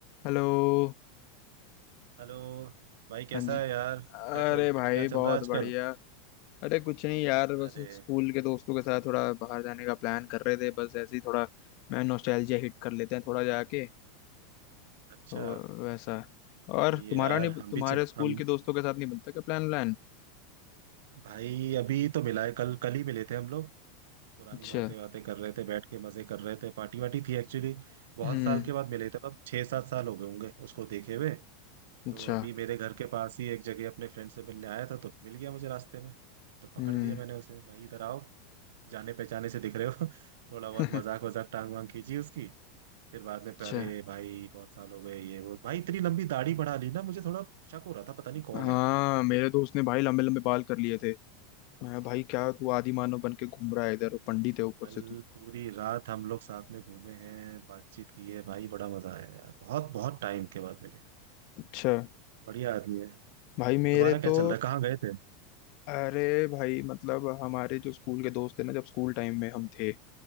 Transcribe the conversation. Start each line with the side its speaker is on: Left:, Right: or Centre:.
Left: Hello
Right: Hello भाई कैसा
Left: हाँ जी
Right: है यार
Left: अरे
Right: क्या चल
Left: भाई
Right: क्या चल
Left: बहुत
Right: रहा है आजकल
Left: बढ़िया अरे कुछ नहीं यार बस
Right: अरे
Left: स्कूल के दोस्तों के साथ थोड़ा बाहर जाने का प्लान कर रहे थे बस ऐसे ही थोड़ा मैं नॉस्टैल्जिया हिट कर लेते हैं थोड़ा जाके
Right: अच्छा
Left: तो वैसा और
Right: सही है
Left: तुम्हारा
Right: यार
Left: नहीं
Right: हम
Left: तुम्हारे
Right: भी च,
Left: स्कूल
Right: हम
Left: के दोस्तों के साथ नहीं बनता क्या प्लान व्लान
Right: भाई अभी तो मिला है कल कल ही मिले थे हम लोग पुरानी
Left: अच्छा
Right: बातें बातें कर रहे थे बैठ के मजे कर रहे थे पार्टी वार्टी थी एक्चुअली बहुत
Left: हम्म
Right: साल के बाद मिले थे अब छह सात साल हो गए होंगे उसको देखे हुए
Left: अच्छा
Right: तो अभी मेरे घर के पास ही एक जगह अपने फ्रेंड से मिलने आया था तो मिल गया मुझे रास्ते में तो पकड़
Left: हम्म
Right: लिया मैंने उसे भाई इधर आओ जाने पहचाने से दिख रहे हो <laughs> थोड़ा बहुत
Left: <laughs>
Right: मजाक वजाक टांग वांग कीजिए उसकी फिर बाद में फिर
Left: अच्छा
Right: अरे भाई बहुत साल हो गए ये वो भाई इतनी लंबी दाढ़ी बढ़ा ली ना मुझे थोड़ा शक हो रहा था पता नहीं कौन
Left: हाँ
Right: है
Left: मेरे दोस्त ने भाई लंबे लंबे बाल कर लिए थे मैं भाई क्या तू आदि मानव बन के घूम रहा है इधर पंडित है ऊपर
Right: कल
Left: से तू
Right: पूरी रात हम लोग साथ में घूमे हैं बातचीत की है भाई बड़ा मजा आया यार बहुत बहुत टाइम के बाद मिले
Left: अच्छा
Right: बढ़िया आदमी है
Left: भाई मेरे
Right: तुम्हारा क्या
Left: तो
Right: चल रहा है कहाँ गए थे
Left: अरे भाई मतलब हमारे जो स्कूल के दोस्त थे ना जब स्कूल टाइम में हम थे